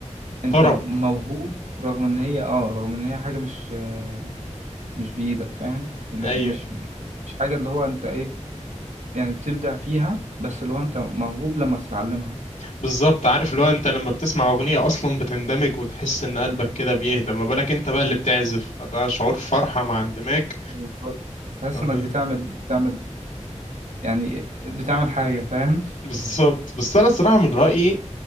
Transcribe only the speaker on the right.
انت
موهوب رغم ان
هي اه رغم ان هي حاجة مش آه، مش بإيدك فاهم لا،
مش مش حاجة اللي هو انت ايه يعني بتبدع فيها بس اللي هو انت موهوب لما تتعلمها
بالظبط تحس
انك بتعمل بتعمل يعني بتعمل حاجة
فاهم